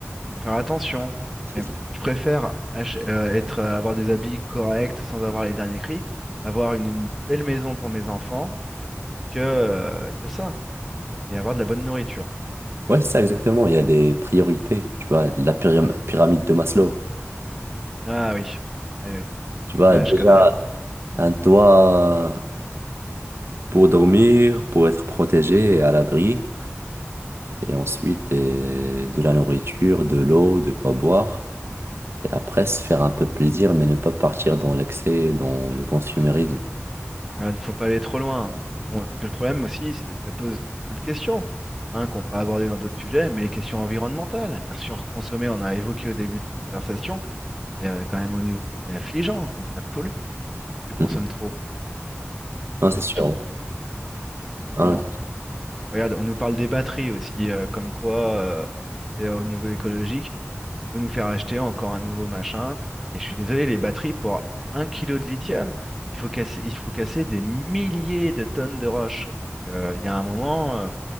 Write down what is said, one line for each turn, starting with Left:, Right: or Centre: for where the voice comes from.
Centre: Faut faire attention.
Right: C'est
Centre: Mais
Right: ça.
Centre: je préfère ach- euh, être, euh, avoir des habits corrects sans avoir les derniers cris, avoir une, une belle maison pour mes enfants que, euh, que ça. Et avoir de la bonne nourriture.
Right: Ouais, c'est ça, exactement. Il y a des priorités, tu vois, la pyram- pyramide de Maslow.
Centre: Ah oui. Ah oui, oui.
Right: Tu vois,
Centre: Ouais,
Right: déjà,
Centre: je connais. ouais.
Right: un toit, pour dormir, pour être protégé et à l'abri, et ensuite euh, de la nourriture, de l'eau, de quoi boire, et après se faire un peu plaisir, mais ne pas partir dans l'excès, et dans le consumérisme.
Centre: Il ne faut pas aller trop loin. Donc, bon, parce que le problème aussi, c'est ça pose d'autres questions hein, qu'on pourra aborder dans d'autres sujets, mais les questions environnementales. Car surconsommer, on a évoqué au début de cette conversation, c'est euh, quand même au niveau, c'est affligeant, comme ça pollue. Tu consommes
Right: Mm.
Centre: trop, que
Right: Non,
Centre: ce soit
Right: c'est sûr.
Centre: de tout.
Right: ouais.
Centre: Donc
Right: Non,
Centre: bon, on ne Regarde, on nous parle des batteries aussi, euh, comme quoi, euh, c'est, euh, au niveau écologique, on veut nous faire acheter encore un nouveau machin. Et je suis désolé, les batteries, pour un kilo de lithium, il faut casser, il faut casser des milliers de tonnes de roches. Donc, euh, il y a un moment, euh,